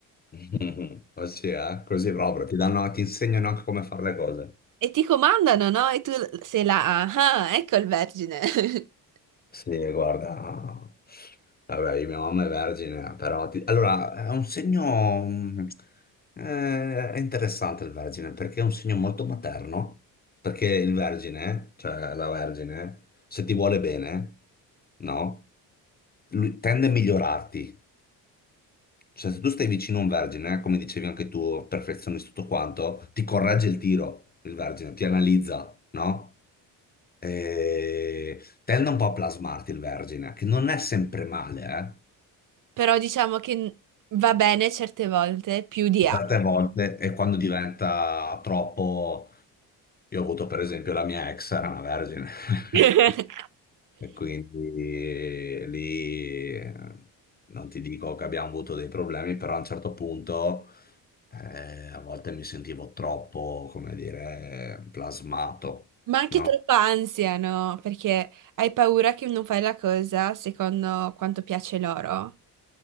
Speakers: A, on the left; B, on the right.
A: <laughs> Ossia, eh? Così proprio, ti danno, ti insegnano anche come fare le cose.
B: E ti comandano, no? E tu sei là, ah, ah, ecco il vergine. <laughs>
A: Sì, guarda, vabbè, io- mia mamma è vergine, però ti- allora è un segno mh, eh, è interessante il vergine perché è un segno molto materno, perché il vergine, cioè la vergine, se ti vuole bene, no? Lui tende a migliorarti. Cioè, se tu stai vicino a un vergine, come dicevi anche tu, perfezionisti tutto quanto, ti corregge il tiro, il vergine, ti analizza, no? E tende un po' a plasmarti il vergine, che non è sempre male, eh?
B: Però diciamo che n- va bene certe volte più di
A: Certe
B: altre.
A: volte, e quando diventa troppo... Io ho avuto per esempio la mia ex, era una vergine. <laughs>
B: <laughs>
A: E quindi eh, lì eh, non ti dico che abbiamo avuto dei problemi, però a un certo punto eh, a volte mi sentivo troppo, come dire, plasmato,
B: Ma anche
A: no?
B: troppa ansia, no? Perché hai paura che non fai la cosa secondo quanto piace loro.